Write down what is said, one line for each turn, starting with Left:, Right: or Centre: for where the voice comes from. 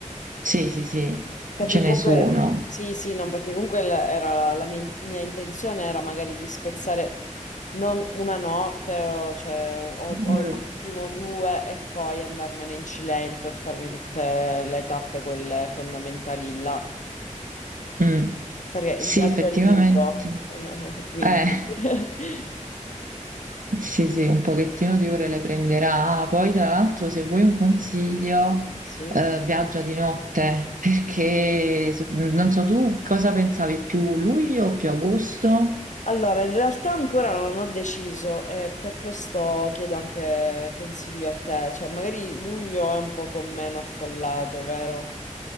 Right: sì, sì, sì,
Left: Perché
Right: ce
Left: comunque,
Right: ne sono.
Left: sì, sì, no, perché comunque l- era la mia, mia intenzione era magari di spezzare non una notte o, cioè, o-
Right: Mm.
Left: o al massimo due e poi andarmene in Cilento e farmi tutte le tappe, quelle fondamentali là,
Right: Mm.
Left: perché
Right: Sì,
Left: il viaggio
Right: effettivamente.
Left: è lungo, <laughs> quindi.
Right: Eh,
Left: <laughs>
Right: sì, sì, un pochettino di ore le prenderà. Ah, Poi, tra l'altro, se vuoi un consiglio,
Left: Sì.
Right: eh, viaggia di notte, perché so- non so tu cosa pensavi più luglio o più agosto?
Left: Allora, in realtà ancora non ho deciso e per questo chiedo anche consiglio a te, cioè magari luglio è un po' meno affollato, vero?